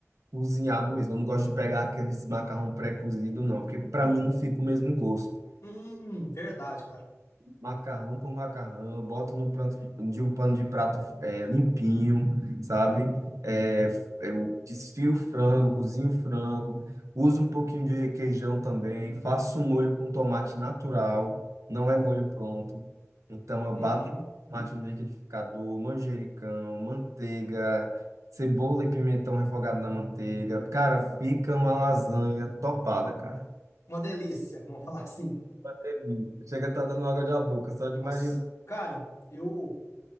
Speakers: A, on the right (about 80°); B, on the left (about 80°).
A: cozinhado mesmo. Eu não gosto de pegar aqueles macarrão pré-cozido, não, porque para mim não fica o mesmo gosto.
B: Hum, verdade, cara.
A: Macarrão por macarrão, eu boto no pranto de, de um pano de prato é, limpinho, sabe? É, é, eu desfio o frango, cozinho o frango, uso um pouquinho de requeijão também, faço um molho com tomate natural, não é molho pronto. Então eu
B: Uhum.
A: bato tomate no liquidificador, manjericão, manteiga, cebola e pimentão refogado na manteiga. Cara, fica uma lasanha topada, cara.
B: Uma delícia, vamos falar assim.
A: Uma delícia. Chega a estar dando água da boca, só de imaginar.
B: Nossa. Cara, eu